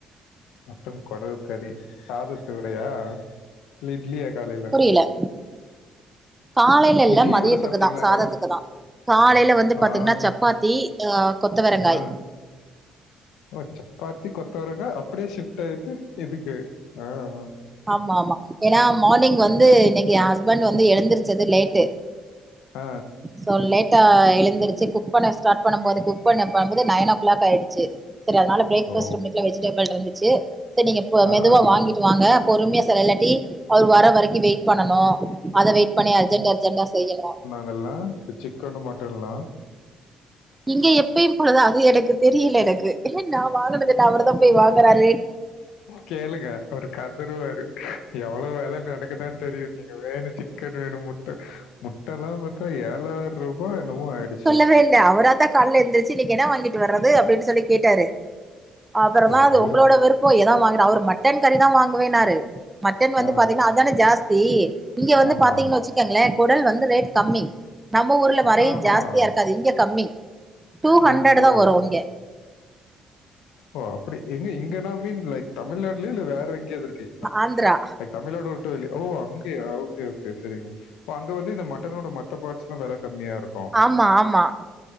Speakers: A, on the left; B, on the right.
A: மட்டன் கொடல் கறி சாதத்தோடயா இல்ல இட்லியா காலைல்
B: <unintelligible> காலைல இல்ல
A: இட்லி
B: மதியத்துக்குதா
A: கூட சாப்பிட்டீங்களா
B: சாதத்துக்குதா
A: காலை
B: காலைல
A: ஓ,
B: வந்து பாத்தீங்கன்னா
A: ஆஹா.
B: சப்பாத்தி ஆ கொத்தவரங்காய்
A: ஆ ஓ சப்பாத்தி கொத்தவரங்கா அப்படியே ஷிப்ட் ஆயிட்டு இதுக்கு ஆ ஆ
B: ஆமா ஆமா ஏன்னா மார்னிங் வந்து இன்னைக்கி யேன் ஹஸ்பண்ட் வந்து எழுந்திருச்சது லேட்டு
A: ஆ
B: சோ லேட்டா எழுந்திருச்சு குக் பண்ண ஸ்டார்ட் பண்ணும் போது குக் பண்ண போம்போது நைன் ஓ கிளாக் ஆயிடுச்சு செரி அதனால பிரேக்ஃபாஸ்ட்
A: ஓ
B: வீட்ல வெஜிடபிள் இருந்துச்சு சரி நீங்க ப
A: ஆ
B: மெதுவா
A: ஆ
B: வாங்கிட்டு வாங்க பொறுமையா செய்ற இல்லாட்டி அவரு வர வரைக்கு வெயிட் பண்ணனு அத வெயிட் பண்ணி அர்ஜெண்ட் அர்ஜெண்டா செய்யணு
A: ங்கல்லா இ சிக்கனு மட்டன்லா
B: இங்க எப்பயு போலதா அது எனக்கு தெரியல எனக்கு ஏ நா வாங்குனதுல்ல அவர்தா போய் வாங்கறாரு
A: கேளுங்க அவரு கதறுவாரு எவ்ளோ வெல நடக்குதான்னு தெரியு நீங்க வேணு சிக்கன் வேணு முட்ட முட்டல்லா பாத்தா ஏழார்ருபா என்னமோ ஆயிடுச்சு
B: இல்ல இல்ல அவரா த்தா கால்ல எந்திரிச்சு இன்னைக்கி என்ன வாங்கிட்டு வர்றது அப்டின்னு சொல்லி கேட்டாரு அப்புறமா
A: ஓ
B: அது
A: அவரு
B: உங்களோட விரு ப்போ எதா வாங்கினா அவர் மட்டன் கறிதா வாங்குவேன்னாரு மட்டன் வந்து
A: ஆ
B: பாத்தீங்கன்னா அதானே ஜாஸ்தி இங்க வந்து
A: ஆமா
B: பாத்தீங்கன்னு வச்சுக்கங்களே கொடல் வந்து ரேட் கம்மி நம்ம ஊர்ல மாரி
A: ஆமாமா
B: ஜாஸ்தியா இருக்காது இங்க கம்மி டூ ஹண்ட்ரட்தா
A: எங் ஓ
B: வரு இங்க
A: ஓ அப்டி எங்க இங்கன்னா மீன் லைக் தமிழ்நாட்லய இல்ல வேற எங்கயாவது இருக்கீங்களா
B: ஆந்திரா
A: லைக் தமிழ்நாடு உட்டு வெளி ஓ அங்கயா ஓகே ஓகே சரிங் ப அங்க வந்து இந்த மட்னோட மத்த பார்ட்ஸ்ல்லா வெல கம்மியா இருக்
B: ஆமா ஆமா